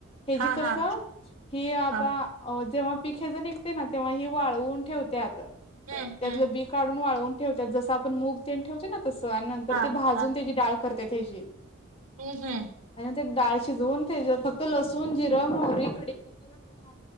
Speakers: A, on the left; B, on the right.
A: याची
B: हा
A: कसं
B: हा
A: आता
B: हा
A: जेव्हा पीक हज निघते ना तेव्हा हे वाळवून ठेवतात आता
B: हम्म
A: त्यातलं
B: हम्म
A: बी काढून वाळवून ठेवतात जस आपण मूग तेन ठेवते ना तसं आणि नंतर
B: हा
A: ते भाजून
B: हा
A: त्याची डाळ करतेत हेजी.
B: हम्म हम्म
A: आणिंत डाळ शिजवून तेज फक्त लसूण जिर मोहरी कडी घातला ना.